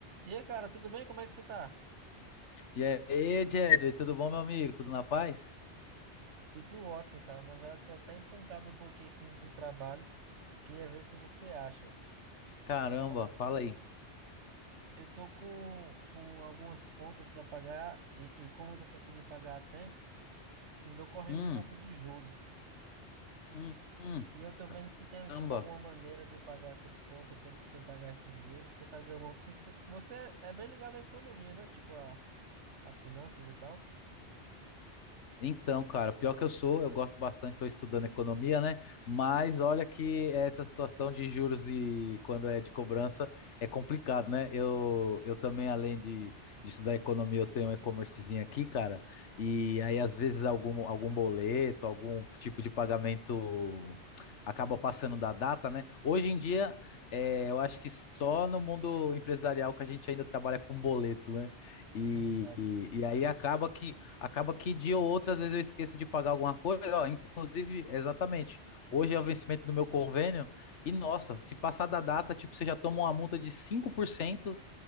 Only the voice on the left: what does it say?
E aí, Jedway, tudo bom, meu amigo? Tudo na paz?
Caramba,
fala aí.
Hum,
hum, hum,
caramba.
Então, cara, pior que eu sou, eu gosto bastante, estou estudando economia, né? Mas olha que essa situação de juros e quando é de cobrança é complicado, né? Eu, eu também, além de, de estudar economia, eu tenho um e-commercezinho aqui, cara, e aí às vezes algum, algum boleto, algum tipo de pagamento acaba passando da data, né? Hoje em dia, é, eu acho que só no mundo empresarial que a gente ainda trabalha com boleto, né? E,
e, e aí acaba que Acaba que dia ou outra, às vezes eu esqueço de pagar alguma coisa, ó, inclusive, exatamente. Hoje é o vencimento do meu convênio, e nossa, se passar da data, tipo, você já toma uma multa de 5%